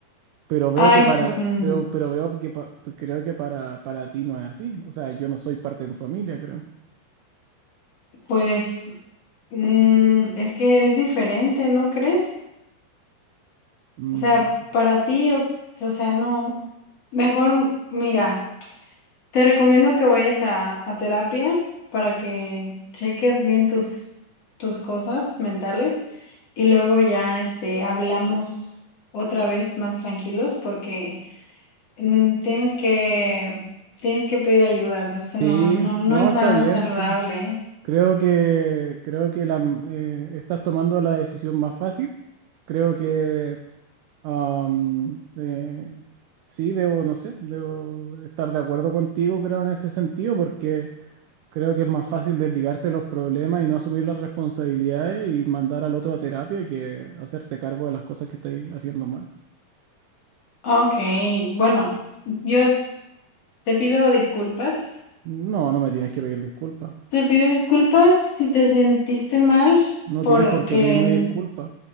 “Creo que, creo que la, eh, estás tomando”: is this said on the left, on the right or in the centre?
Right